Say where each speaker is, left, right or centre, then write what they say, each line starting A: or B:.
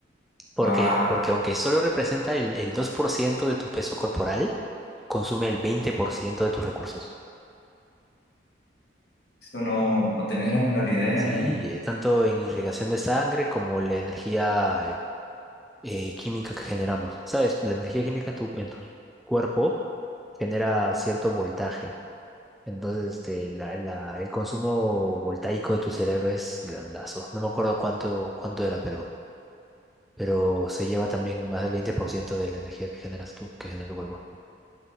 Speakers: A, in the centre; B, on the left (about 55°).
A: Porque,
B: wow,
A: porque aunque solo representa el, el 2% de tu peso corporal, consume el 20% de tus recursos.
B: Eso no, no tenía la menor idea,
A: Sí,
B: eh.
A: eh, tanto en irrigación de sangre como la energía eh, eh, química que generamos. Sabes, la energía química en tu, en tu cuerpo genera cierto voltaje. Entonces, este, la, la- el consumo voltaico de tu cerebro es grandazo. No me acuerdo cuánto, cuánto era, pero, pero se lleva también más del 20% de la energía que generas tú, que genera tu cuerpo.